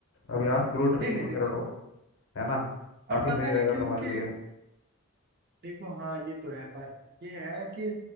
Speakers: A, on the left; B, on the right.
A: अभ्यास करो ट्रेनिंग
B: नहीं नहीं
A: वगैरह
B: देखो
A: लो है ना काफी
B: और पता
A: सही रहेगा
B: नहीं क्यों
A: तुम्हारे
B: कि
A: लिए
B: देखो हाँ ये तो है पर ये है कि